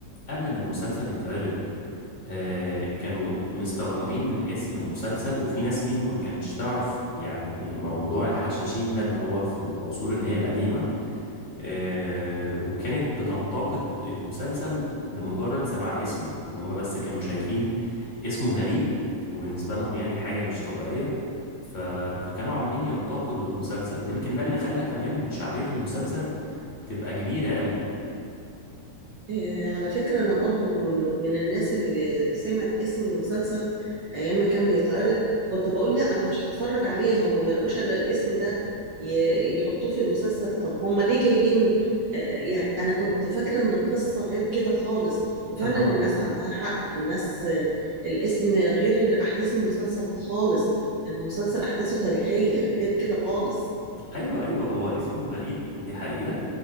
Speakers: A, on the left; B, on the right.
A: قبل ما المسلسل يتعرض آه، كانوا مستغربين من اسم المسلسل وفي ناس فيهم ما كانتش تعرف يعني موضوع الحشاشين ده اللي هو في العصور اللي هي القديمة آه، وكانت بتنتقد المسلسل لمجرد سماع اسمه ان هم بس كانوا شايفين اسمه غريب وبالنسبة لهم يعني حاجة مش طبيعية ف... فكانوا عمالين ينتقدوا المسلسل يمكن ده اللي خلى كمان شعبية المسلسل تبقى كبيرة قوي
B: آه، على فكرة أنا برضو من من الناس اللي سمعت اسم المسلسل أيام ما كان بيتعرض كنت بقول لا أنا مش هتفرج عليه هم ما لقوش إلا الاسم ده ي- يحطوه في المسلسل طب هم ليه جايبين آه، يعني أنا كنت فاكرة إن القصة غير كده خالص وفعلا
A: <laughs>
B: الناس عندها حق الناس آه، الاسم غير أحداث المسلسل خالص المسلسل أحداثه تاريخية غير كده خالص
A: ايوه ايوه هو اسمه غريب دي حقيقة